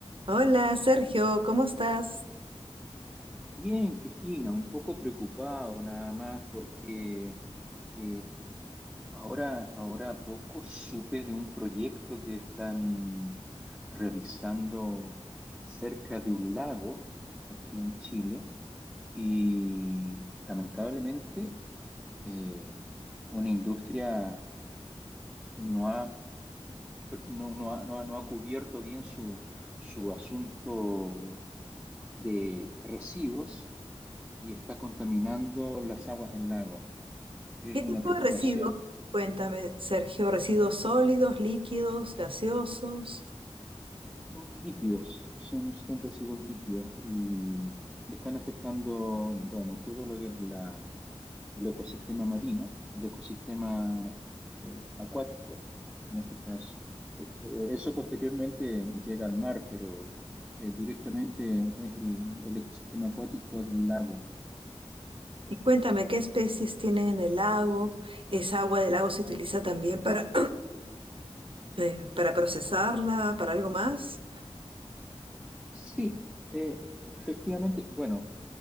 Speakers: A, on the right (about 55°); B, in the centre.
A: Hola Sergio, ¿cómo estás?
B: Bien, Cristina, un poco preocupado nada más porque eh, ahora, ahora a poco supe de un proyecto que están realizando cerca de un lago aquí en Chile y lamentablemente eh, una industria no ha, no, no ha, no ha- no ha cubierto bien su, su asunto de residuos y está contaminando las aguas del lago. es
A: ¿Qué
B: una
A: tipo
B: preocupación.
A: de residuos? Cuéntame, Sergio, residuos sólidos, líquidos, gaseosos.
B: Son líquidos, son, son residuos líquidos y, y están afectando, bueno, todo lo que es la, el ecosistema marino, el ecosistema eh, acuático, en este caso. Eh, eh, eso posteriormente llega al mar, pero eh, directamente es el, el ecosistema acuático del lago.
A: Y cuéntame qué especies tienen en el lago. ¿Esa agua del lago se utiliza también para, <clears throat> eh, para procesarla, para algo más?
B: Sí, eh, efectivamente, bueno,